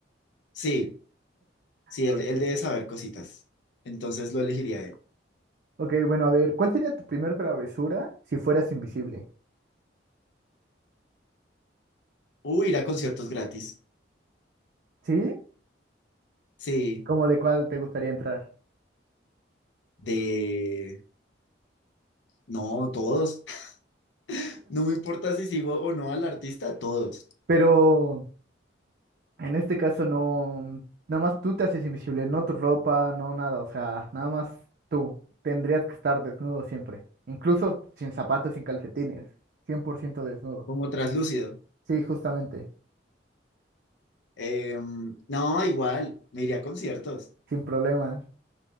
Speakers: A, on the left; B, on the right.
A: Sí, sí,
B: Ok.
A: él, él debe saber cositas. Entonces lo elegiría él.
B: Ok, bueno, a ver, ¿cuál sería tu primer travesura si fueras invisible?
A: O ir a conciertos gratis.
B: ¿Sí?
A: Sí,
B: ¿Cómo de cuál te gustaría entrar?
A: de... No, todos. <laughs> No me importa si sigo o no al artista, todos.
B: Pero en este caso no, nada más tú te haces invisible, no tu ropa, no nada, o sea, nada más tú. Tendrías que estar desnudo siempre, incluso sin zapatos, sin calcetines, 100% desnudo.
A: Como traslúcido.
B: Sí, justamente,
A: Em, no, igual, me iría a conciertos.
B: sin problema.